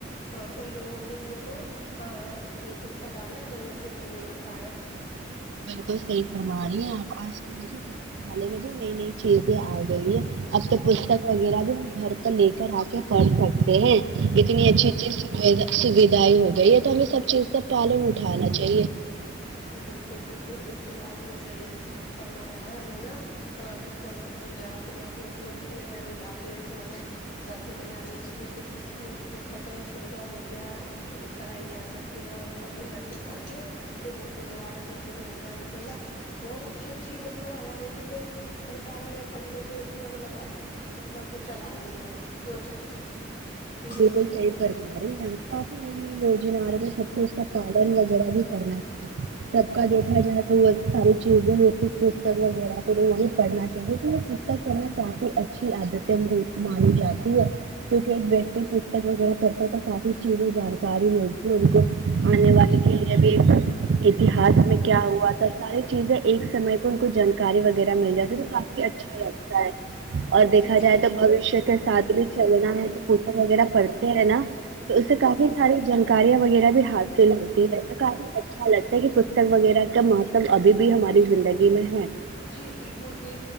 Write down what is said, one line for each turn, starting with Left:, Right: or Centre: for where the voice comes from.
Left: ان لوگوں کے لیے تو ا پستکالیہ جنت سے کم نہیں ہوتا ہے
Right: بالکل صحیح فرما رہی ہیں آپ آج کل دیکھیے حالے میں بھی نئی نئی چیزیں آ گئی ہے اب تو پستک وغیرہ بھی ہم گھر پر لے کر آ کے کر سکتے ہیں یہتنی
Left: بالکل
Right: اچھی
Left: بالکل
Right: اچھی سویدھائیں ہو گئی ہے تو ہمیں سب چیز کا پالن اٹھانا چاہیے
Left: بالکل بالکل بالکل آپ نے صحیح فرمایا ہے ہمیں نا ہاں جب جب ہم زار دنوں کے مطلب اس میں ایڈ ہو جاتے ہیں تو ہمیں گھر پہ لے جانے کی بھی پستکیں سویدھا مہیا کرائی جا سکتی اور ہم اپنے گھر پہ پڑھ کے پھر ان کو دوبارہ سوچی میں رکھتا ہے انشاء اللہ بہت اچھی اچھی مطلب ہمارے لیے ہے سرکار نے پڑھنے کے اس میں لگا مطلب وہ چلا دی ہیں یوجنا یوجنا
Right: بالکل صحیح
Left: ہے
Right: فرمایا ارے یہاں تو آپ نئی نئی یوجنا آ رہی تو سب کو اس کا پالن وغیرہ بھی کرنا چاہیے سب کا دیکھا جائے تو وہ ساری چیزیں ہوتی پستک وغیرہ پ تو وہی پڑھنا چاہیے پستک کرنا کافی اچھی عادت ہے مانی جاتی ہے کیونکہ ایک پستک وغیرہ پڑھتا تھا کافی چیزیں جانکاری ملتی ہے ان کو آنے والے
Left: جی
Right: کے
Left: بالکل
Right: لیے بھی اتہاس میں
Left: جی
Right: کیا ہوا تھا سارے چیزیں ایک سمے پہ ان کو جانکاری وغیرہ مل جاتی ہے تو کافی اچھا لگتا ہے اور دیکھا
Left: جی
Right: جائے
Left: جی
Right: تو بوشیہ کے ساتھ بھی چلنا ہے تو پوستک وغیرہ پڑھتے ہیں نا تو اس سے کافی ساری جانکاریاں وغیرہ بھی حاصل ہوتی ہے تو کافی اچھا لگتا ہے کہ وغیرہ کا مہتب ابھی بھی ہماری زندگی میں ہے
Left: جی بالکل بھی